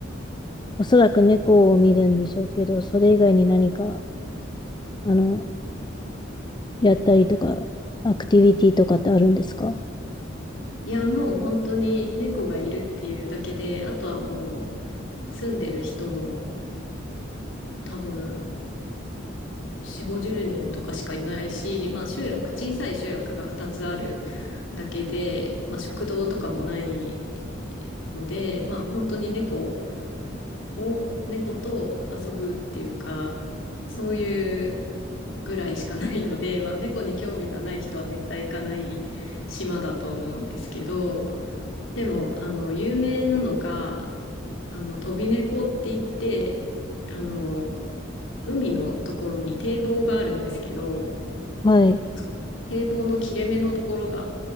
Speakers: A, on the left; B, on the left.
A: おそらく猫を見るんでしょうけど、それ以外に何か、あの、やったりとか、アクティビティとかってあるんですか
B: いや、もう本当に猫がいるっていうだけで、あとはもう住んでる人も多分4、50人とかしかいないし、まあ集落、小さい集落が2つあるだけで、まあ食堂とかもないので、まあ本当に猫を猫と遊ぶっていうか、そういうぐらいしかないので、<laughs> まあ、猫に興味がない人は絶対行かない島だと思うんですけど、でも、あの、有名なのが、あの、飛び猫って言って、あの、海のところに堤防があるんですけど、
A: はい。
B: そう堤防の切れ目のところが